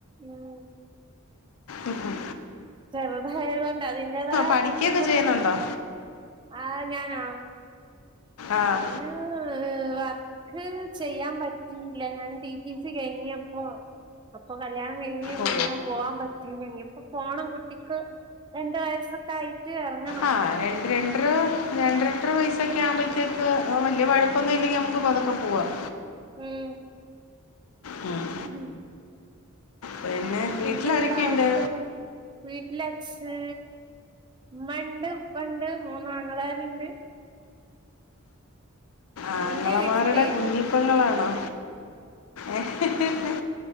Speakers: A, on the right (about 20°); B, on the left (about 80°).
A: ഉം
B: ഉം മ്മ്
A: ചെറുതായതുകൊണ്ട് അതിന്റതായ
B: പഠിക്കുകയൊക്കെ
A: ബുദ്ധിമുട്ടൊക്കെ
B: ചെയ്യുന്നുണ്ടോ
A: ആ ഞാനോ
B: ആഹ്
A: ഞാന് വർക്ക് ചെയ്യാൻ പറ്റില്ല ഞാൻ ടിടിസി കഴിഞ്ഞിപ്പോ അപ്പൊ കല്യാണം കഴിഞ്ഞ്
B: ഓ
A: പിന്നെ പോവാൻ പറ്റീല്ല ഇനി ഇപ്പൊ പോണം കുട്ട കുട്ടിക്ക് രണ്ട് വയസൊക്കെ ആയിട്ട് ഇറങ്ങണം
B: ആഹ് രണ്ട് രണ്ടര രണ്ട രണ്ടര വയസ്സ് ഒക്കെ ആകുമ്പോഴത്തേക്ക് വലിയ വഴുപ്പമൊന്നും ഇല്ലെങ്കിൽ നമുക്ക് പുറത്ത് പോ പോവാം
A: ഉം
B: ഉം
A: ഉം
B: പിന്നെ വീട്ടിലാരൊക്കെയുണ്ട്
A: പിന്നെ എന്താ അവിടത്തെ വീട്ടില് ഒക്കെ ഉമ്മ ഉണ്ട് ഉപ്പ ഉണ്ട് മൂന്ന് ആങ്ങളാരുണ്ട്
B: ആങ്ങളമാരുടെ
A: ഇന്റെ വീട്ടില്
B: കുഞ്ഞിപ്പെങ്ങളാണോ ഏഹ് ഹ്ഹ് ഹ്ഹ് ഹ്ഹ്